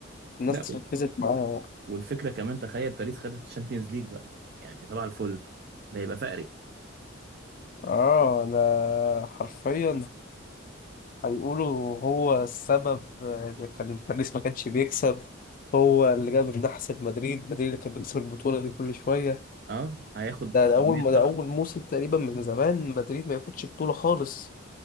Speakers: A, on the left (about 45°); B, on the right (about 50°).
A: الناس
B: لا
A: ركزت معاه
B: والفكره كمان تخيل باريس خدت الشامبيونز ليج بقى يعني يعني صباح الفل ده يبقى فقري
A: اه ده حرفيا هيقولوا هو السبب اللي كان باريس ما كانش بيكسب هو اللي جاب النحس لمدريد مدريد اللي كان بيكسب البطولة دي كل شوية
B: اه هياخد
A: ده, ده
B: كميه
A: أول ما
B: ضغط
A: ده أول موسم تقريبا من زمان مدريد ما ياخدش بطولة خالص